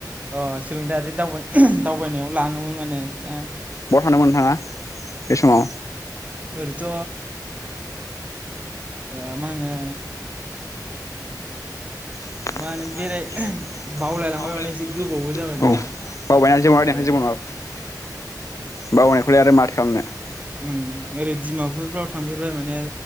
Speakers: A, on the right (about 20°); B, on the left (about 45°).
A: अ सोलोंथायारि दावबाय दावबायनायाव लाङोमोन माने ओ।
B: बहा थांदोंमोन नोंथाङा बे समाव।
A: ओरैथ। ओ मा होनो।
B: औ
A: मा होनो बेराय
B: बावबायना जेबो
A: बावलायलांबाय
B: नङा
A: माने एसे गोबावबो
B: दे
A: जाबायना
B: जेबो नङा
A: ओरै
B: बावनायख। खौलाय आरो माथो खालामनो।
A: ओ ओरैडिमापुरफ्राव थांफेरबाय माने